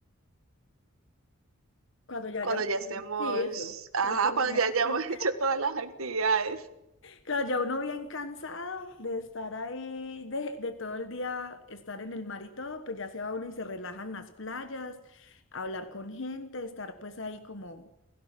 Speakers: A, on the left (about 60°); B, on the right (about 80°).
A: cuando ya
B: cuando
A: hayamos...
B: ya estemos,
A: Sí, eso.
B: ajá,
A: Cuando terminemos
B: cuando ya hayamos
A: todo.
B: <laughs> hecho todas las actividades.
A: Claro, ya uno bien cansado de estar ahí, de, de todo el día estar en el mar y todo, pues ya se va uno y se relaja en las playas, a hablar con gente, estar pues ahí como,